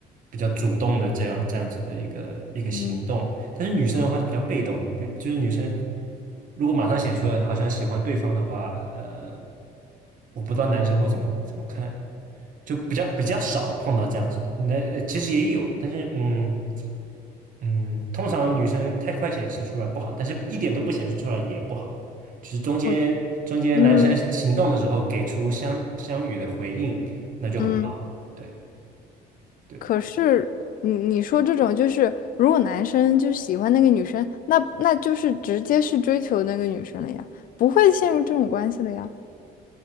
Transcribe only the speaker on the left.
嗯，
我嗯
嗯。
可是你你说这种就是，如果男生就喜欢那个女生，那那就是直接是追求那个女生了呀，不会陷入这种关系了呀。